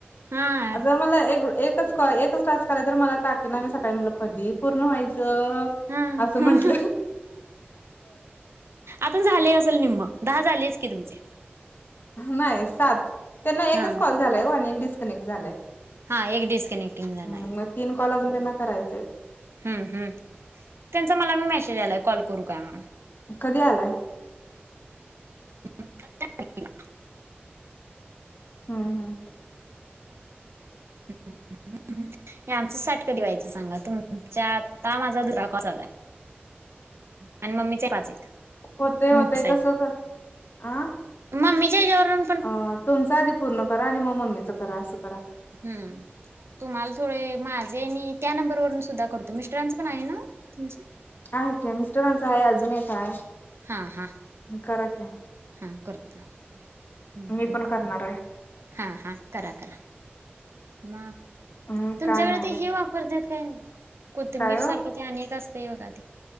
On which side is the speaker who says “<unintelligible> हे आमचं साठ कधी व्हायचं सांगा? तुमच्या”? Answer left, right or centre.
Right